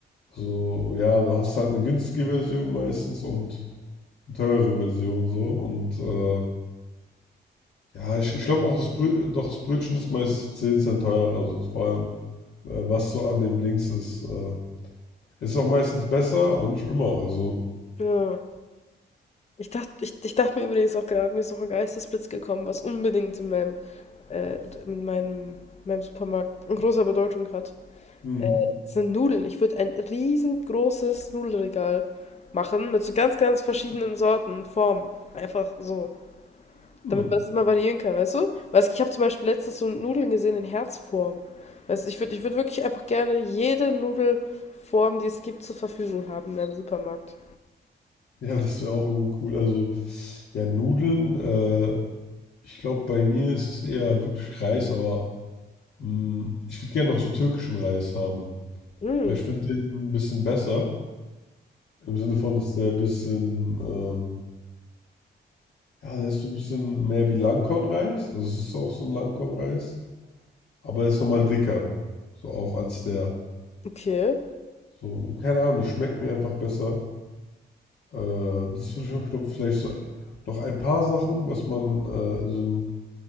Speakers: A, on the left; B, on the left.
A: so, ja, du hast halt eine günstige Version meistens und eine teure Version so und äh, Ja, ich, ich glaube auch, das, Brö doch, das Brötchen ist meist 10 Cent teurer. Also vor allem, äh, was so an dem Dings ist. Äh, ist auch meistens besser, aber nicht immer. Also,
B: Ja. Ich dachte, ich, ich dachte mir übrigens auch gerade, mir ist noch ein Geistesblitz gekommen, was unbedingt in meinem, äh, in meinem, meinem Supermarkt eine große Bedeutung hat.
A: hm.
B: Äh, sind Nudeln. Ich würde ein riesengroßes Nudelregal machen mit so ganz, ganz verschiedenen Sorten, Formen. Einfach so.
A: Hm.
B: Damit man es immer variieren kann, weißt du? Weißt, ich habe zum Beispiel letztens so Nudeln gesehen in Herzform. Weißt du, ich würde ich würd wirklich einfach gerne jede Nudelform, die es gibt, zur Verfügung haben in einem Supermarkt.
A: Ja, das wäre auch irgendwie cool. Also, ja, Nudeln, äh, ich glaube, bei mir ist es eher wirklich Reis, aber hm, ich würde gerne noch so türkischen Reis haben.
B: Hm,
A: Weil ich finde den ein bisschen besser. Im Sinne von, dass der ein bisschen, ähm, ja, der ist so ein bisschen mehr wie Langkornreis. Also, es ist auch so ein Langkornreis. Aber es ist nochmal dicker. So auch als der.
B: okay.
A: So, keine Ahnung, das schmeckt mir einfach besser. Äh, das würde ich noch, glaube vielleicht so noch ein paar Sachen, was man äh, in so einem